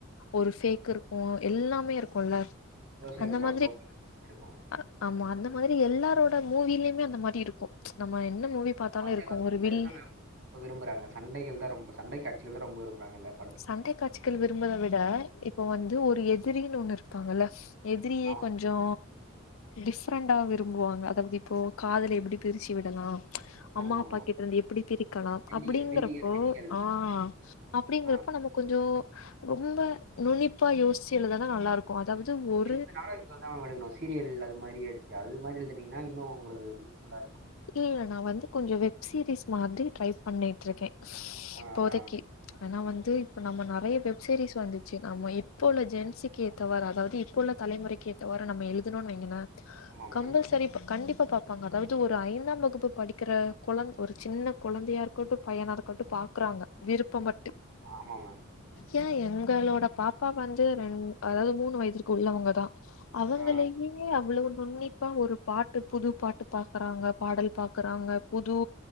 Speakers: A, on the left; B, on the right.
A: ஒரு ஃபேக் இருக்கு எல்லாமே இருக்குல
B: சந்தோஷோ
A: அந்த
B: இருக்கு
A: மாதிரி
B: சோக இருக்கு
A: அ ஆமா அந்த மாதிரி எல்லாரோட மூவிலயுமே அந்த மாரி இருக்கு நம்ம என்ன மூவி பாத்தாலே
B: வந்து
A: இருக்கு
B: எல்லா சண்ட
A: ஒரு வில்
B: தான மேம் இப்ப விரும்புறாங்க சண்டைகள் தா ரொம்ப சண்டை காட்சிகள் தா ரொம்ப விரும்புறாங்க எல்லாரு
A: சண்டை காட்சிகள் விரும்புவதை விட இப்ப வந்து ஒரு எதிரின்னு ஒண்ணு இருப்பாங்கல்ல எதிரியே
B: ஆமா
A: கொஞ்ச
B: மேம்.
A: சோ டிஃப்ரெண்டா விரும்புவாங்க அதாவது இப்போ காதல எப்டி பிரிச்சு விடலா அம்மா
B: ஆமாமா
A: அப்பா கிட்ட இருந்து எப்டி பிரிக்கலா
B: வில்லிகள்
A: அப்டிங்கிறப்போ
B: வில்லிகள் வில்லிகள்
A: ஆ அப்டிங்கற
B: ஆ
A: போ கொஞ்சோ ரொம்ப நுனிப்பா யோசிச்சு எழுத தா நல்லா இருக்கு அதாவது
B: அப்டி
A: ஒரு
B: இருந்து நல்லா இருக்க தா மேடம் எடுக்கணு சீரியல் அது மாரி எடுத்து அது மாரி எழுதனீங்கன்னா இன்னு உங்களுக்கு யூஸ் ஃபுல்லா இருக்கு
A: இல்ல நா வந்து கொஞ்சோ வெப் சீரிஸ் மாரி ட்ரை பண்ணிட்டு இருக்கே
B: ஆ
A: இப்போதைக்கி
B: ஆ
A: ஆனா வந்து இப்ப நம்ம நெறைய வெப்சீரிஸ் வந்துச்சு நம்ம இப்போ ஜென்சிக்கு ஏத்தவாரு அதாவது இப்போ உள்ள தலைமுறை க்கே ஏத்தவாறு நம்ம எழுதணோன்னு வைங்களே
B: ஆமா மேம்
A: கம்பல்சரி கண்டிப்பா பாப்பாங்க அதாவது ஒ ரு ஐந்தாம் வகுப்பு படிக்கிற கொழந்த ஒரு சின்ன கொழந்தையா இருக்கட்டு பையன இருக்கட்டு பாக்குறாங்க விருபப்பட்டு
B: ஆமா மேம்
A: ஏ எங்களோட பாப்பா வந்து ரெண் அதாவது மூணு வயதுக்கு உள்ளவங்க தா அவங்களையே
B: ஆ
A: அவ்வளவு நுன்னிப்பா ஒரு பாட்டு புது பாட்டு பா க்கறாங்க பாடல் பாக்கறாங்க புது